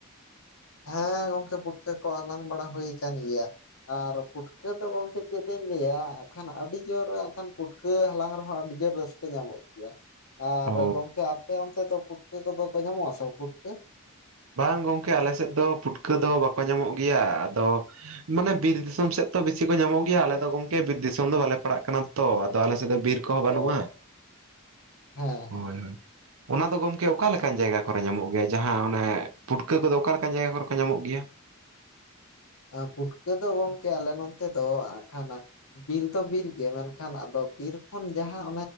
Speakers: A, on the left; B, on the right.
A: ᱦᱮᱸ ᱜᱚᱝᱠᱮ ᱯᱷᱩᱴᱠᱟᱹ ᱠᱚ ᱦᱟᱞᱟᱝ ᱵᱟᱲᱟ ᱦᱩᱭ ᱟᱠᱟᱱ ᱜᱮᱭᱟ ᱾ ᱟᱨ ᱯᱩᱴᱠᱟᱹ ᱫᱚ ᱜᱚᱝᱠᱮ ᱪᱮᱫ ᱞᱤᱧ ᱞᱟᱹᱭᱟ ᱠᱷᱟᱱ ᱟᱹᱰᱤ ᱡᱳᱨ ᱠᱷᱟᱱ ᱯᱩᱴᱠᱟᱹ ᱦᱟᱞᱟᱝ ᱨᱮᱦᱚᱸ ᱟᱹᱰᱤ ᱡᱳᱨ ᱨᱟᱹᱥ ᱠᱟ ᱧᱟᱢᱚᱜ ᱜᱮᱭᱟ, ᱟᱨ
B: ᱚ
A: ᱜᱚᱝᱠᱮ ᱟᱯᱮ ᱚᱱᱛᱮ ᱫᱚ ᱯᱷᱩᱴᱠᱟᱹ ᱠᱚᱫᱚ ᱠᱚ ᱧᱟᱢᱚᱜ ᱟᱥᱮ ᱵᱟᱝᱜᱮ ᱯᱷᱩᱴᱠᱟᱹ?
B: ᱵᱟᱝ ᱜᱚᱝᱠᱮ ᱟᱞᱮ ᱥᱮᱫ ᱫᱚ ᱯᱷᱩᱴᱠᱟᱹ ᱫᱚ ᱵᱟᱠᱚ ᱧᱟᱢᱚᱜ ᱜᱮᱭᱟ ᱟᱫᱚ ᱢᱟᱱᱮ ᱵᱤᱨ ᱫᱤᱥᱚᱢ ᱥᱮᱫ ᱛᱚ ᱵᱮᱥᱤ ᱠᱚ ᱧᱟᱢᱚᱜ ᱜᱮᱭᱟ ᱟᱞᱮ ᱫᱚ ᱜᱚᱝᱠᱮ ᱵᱤᱨ ᱫᱤᱥᱚᱢ ᱫᱚ ᱵᱟᱞᱮ ᱯᱟᱲᱦᱟᱜ ᱠᱟᱱᱟ ᱛᱚ ᱟᱫᱚ ᱟᱞᱮ ᱥᱮᱫ ᱫᱚ ᱵᱤᱨ ᱠᱚᱦᱚᱸ
A: ᱚ
B: ᱵᱟᱹᱱᱩᱜᱼᱟ
A: ᱦᱮᱸ
B: ᱦᱚᱭ
A: ᱦᱮᱸ
B: ᱦᱚᱭ ᱚᱱᱟ ᱫᱚ ᱜᱚᱝᱠᱮ ᱚᱠᱟ ᱞᱮᱠᱟᱱ ᱡᱟᱭᱜᱟ ᱠᱚᱨᱮ ᱧᱟᱢᱚᱜ ᱜᱮᱭᱟ ᱡᱟᱦᱟᱸ ᱚᱱᱮ ᱯᱩᱴᱠᱟᱹ ᱠᱚᱫᱚ ᱚᱠᱟ ᱞᱮᱠᱟᱱ ᱡᱟᱭᱜᱟ ᱠᱚᱨᱮ ᱠᱚ ᱧᱟᱢᱚᱜ ᱜᱮᱭᱟ?
A: ᱟᱸ ᱯᱷᱩᱴᱠᱟᱹ ᱫᱚ ᱜᱚᱝᱠᱮ ᱟᱞᱮ ᱱᱚᱱᱛᱮ ᱫᱚ ᱟᱸᱜ ᱠᱷᱟᱱ ᱵᱤᱨ ᱫᱚ ᱵᱤᱨ ᱜᱮ ᱢᱮᱱᱠᱷᱟᱱ ᱟᱫᱚ ᱵᱤᱨ ᱠᱷᱚᱱ ᱡᱟᱦᱟᱸ